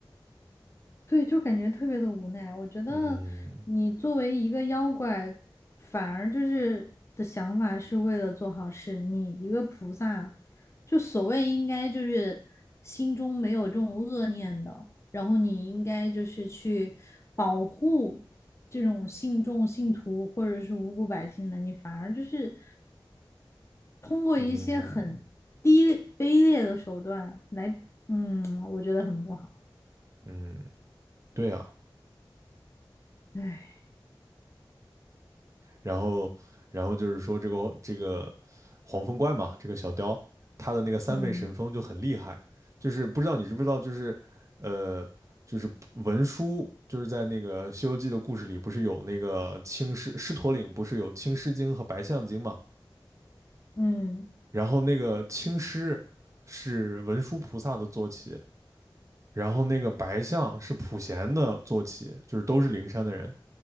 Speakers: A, on the left; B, on the right.
A: 对，就感觉特别的无奈。我觉得你作为一个妖怪，
B: 嗯
A: 反而就是的想法是为了做好事。你一个菩萨，就所谓应该就是心中没有这种恶念的，然后你应该就是去保护这种信众、信徒或者是无辜百姓的，你反而就是通过一些很低卑劣的手段来，
B: 嗯
A: 嗯，我觉得很不好。
B: 嗯，对啊，
A: 唉，
B: 然后，然后就是说这个这个黄风怪嘛，这个小雕，他的那个三昧神风就很厉害，
A: 嗯。
B: 就是不知道你知不知道，就是呃，就是文殊，就是在那个《西游记》的故事里，不是有那个青狮狮驼岭，不是有青狮精和白象精嘛？
A: 嗯，
B: 然后那个青狮是文殊菩萨的坐骑，然后那个白象是普贤的坐骑，就是都是灵山的人。